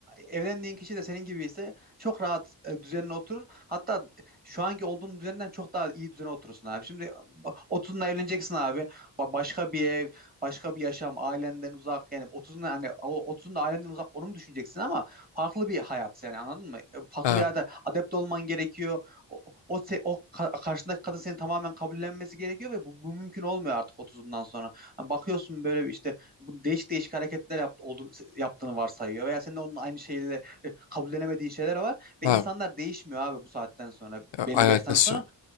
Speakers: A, on the right; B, on the left.
A: evlendiğin kişi de senin gibi ise çok rahat e, düzenine oturur. Hatta şu anki olduğun düzenden çok daha iyi düzene oturursun abi. Şimdi ba- 30'unda evleneceksin abi. Ba- Başka bir ev, başka bir yaşam, ailenden uzak yani otuzunda hani o 30'unda ailenden uzak onu mu düşüneceksin ama farklı bir hayat yani anladın mı? E, Farklı
B: Abi
A: bir hayata adapte olman gerekiyor. O o, o, se- o ka- karşındaki kadın seni tamamen kabullenmesi gerekiyor ve bu, bu mümkün olmuyor artık otuzundan sonra. Hani bakıyorsun böyle bir işte bu değişik değişik hareketler yaptı, oldu, yaptığını varsayıyor veya senin de onun aynı şeyle e, kabullenemediğin şeyler var ve
B: abi
A: insanlar değişmiyor abi bu saatten sonra
B: ya
A: belli
B: alakası
A: bir yaştan sonra.
B: yok.